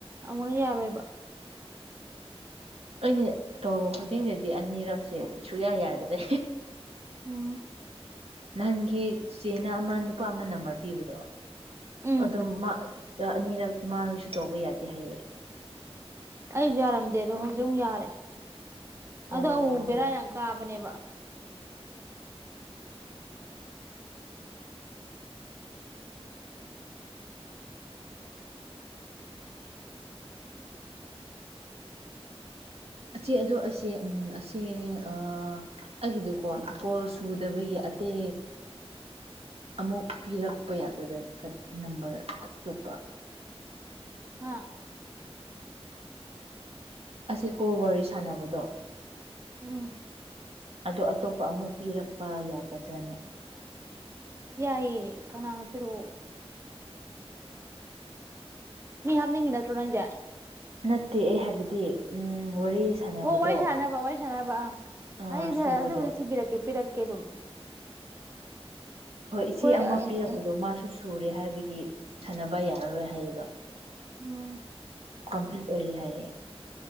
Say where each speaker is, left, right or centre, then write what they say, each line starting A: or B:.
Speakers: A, on the right; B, on the right.
A: ꯑꯃꯨꯛꯅ ꯌꯥꯔꯣꯏꯕ
B: ꯑꯩꯅ ꯇꯧꯕ ꯈꯨꯗꯤꯡꯗꯗꯤ ꯑꯅꯤꯔꯛꯁꯦ ꯁꯨꯛꯌꯥ ꯌꯥꯗ꯭ꯔꯦ
A: ꯎꯝ
B: ꯅꯍꯥꯟꯒꯤ ꯆꯦꯅ ꯑꯃ ꯅꯨꯄꯥ ꯑꯃ ꯅꯝꯕꯔ ꯄꯤꯕꯗꯣ
A: ꯎꯝ
B: ꯑꯗꯨꯝ ꯃꯥ ꯑꯅꯤꯔꯛ ꯃꯥꯅꯁꯨ ꯇꯧꯕ ꯌꯥꯗꯦ ꯍꯥꯏꯌꯦ
A: ꯑꯩꯁꯨ ꯌꯥꯔꯝꯗꯦ ꯑꯗꯣ ꯍꯧꯖꯤꯛ ꯑꯃꯨꯛ ꯌꯥꯔꯦ
B: ꯑꯣ
A: ꯑꯗꯣ ꯑꯃꯨꯛ ꯃꯨꯛ ꯕꯦꯔꯥ ꯌꯥꯝ ꯀꯥꯕꯅꯦꯕ
B: ꯑꯆꯦ ꯑꯗꯨ ꯑꯁꯦ ꯎꯝ ꯑꯁꯦ ꯑꯥ ꯑꯩꯒꯤꯗꯨꯀꯣ ꯀꯣꯜ ꯁꯨꯗꯕꯒꯤ ꯑꯇꯦ ꯑꯃꯨꯛ ꯄꯤꯔꯛꯄ ꯌꯥꯒꯗ꯭ꯔꯥ ꯅꯝꯕꯔ ꯑꯇꯣꯞꯄ
A: ꯍꯥ
B: ꯑꯁꯤ ꯀꯣꯜ ꯋꯥꯔꯤ ꯁꯥꯟꯅꯕꯗꯣ
A: ꯎꯝ
B: ꯑꯗꯣ ꯑꯇꯣꯞꯄ ꯑꯃꯨꯛ ꯄꯤꯔꯛꯄ ꯌꯥꯒꯗ꯭ꯔꯅ
A: ꯌꯥꯏꯌꯦ ꯀꯅꯥꯅꯣ ꯄꯤꯔꯣ ꯃꯤ ꯍꯥꯞꯅꯤꯡꯉꯤ ꯅꯠꯇ꯭ꯔꯣ ꯅꯪꯁꯦ
B: ꯅꯠꯇꯦ ꯑꯩ ꯍꯥꯏꯕꯗꯤ ꯎꯝ ꯋꯥꯔꯤ ꯁꯥꯟꯅꯕꯗꯣ
A: ꯑꯣ ꯋꯥꯔꯤ ꯁꯥꯟꯅꯅꯕ ꯋꯥꯔꯤ ꯁꯥꯟꯅꯅꯕ ꯑꯥ
B: ꯑꯥ
A: ꯑꯩꯁꯦ
B: ꯁꯨꯕꯗꯣ
A: ꯑꯗꯨꯕꯨꯗꯤ ꯊꯤꯕꯤꯔꯛꯀꯦ ꯄꯤꯔꯛꯀꯦ ꯑꯗꯨꯝ
B: ꯍꯣꯏ ꯏꯆꯦ
A: ꯑꯩꯈꯣꯏ
B: ꯑꯃ ꯄꯤꯔꯕꯗꯣ ꯃꯥꯁꯨ ꯁꯨꯔꯦ ꯍꯥꯏꯕꯒꯤ ꯁꯥꯟꯅꯕ ꯌꯥꯔꯔꯣꯏ ꯍꯥꯏꯌꯦꯕ
A: ꯎꯝ
B: ꯀꯝꯄ꯭ꯂꯤꯠ ꯑꯣꯏꯔꯦ ꯍꯥꯏꯌꯦ